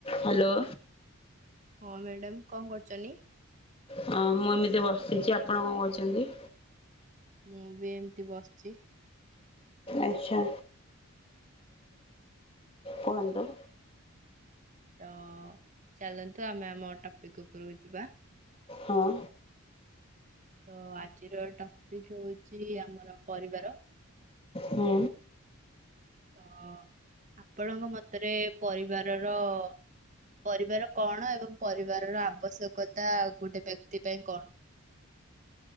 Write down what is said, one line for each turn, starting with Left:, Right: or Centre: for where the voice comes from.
Left: Hello.
Right: ହଁ madam କଣ କରୁଚନି?
Left: ହଁ ମୁଁ ଏମିତି ବସିଚି, ଆପଣ କଣ କରୁଛନ୍ତି?
Right: ମୁଁ ବି ଏମତି ବସିଛି।
Left: ଆଚ୍ଛା କୁହନ୍ତୁ।
Right: ତ ଚାଲନ୍ତୁ ଆମେ ଆମ ଟପିକ୍ ଉପରକୁ ଯିବା
Left: ହଁ।
Right: ତ ଆଜିର ଟପିକ୍ ହଉଚି ଆମର ପରିବାର।
Left: ହୁଁ।
Right: ତ ଆପଣଙ୍କ ମତରେ ପରିବାରର ପରିବାର କଣ ଏବଂ ପରିବାରର ଆବଶ୍ୟକତା ଗୋଟେ ବେକ୍ତି ପାଇଁ କଣ?